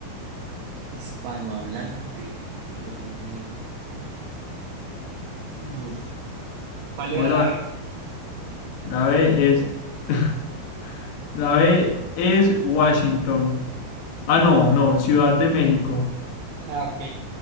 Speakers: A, on the right; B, on the left.
A: Hispanohablante. Uf, Dios mío. Uf. ¿Cuál
B: Vos
A: era
B: sabés,
A: la B?
B: la B es, <laughs> la B es Washington. Ah, no, no, Ciudad de México.
A: Ah, ok.